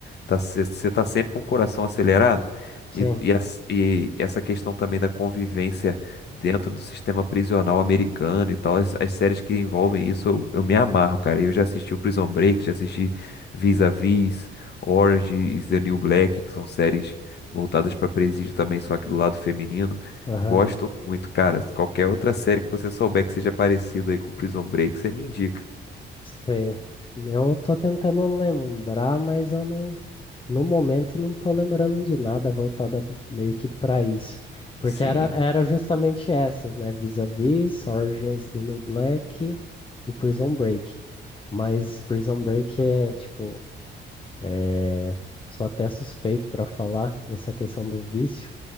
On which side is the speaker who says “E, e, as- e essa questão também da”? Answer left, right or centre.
Left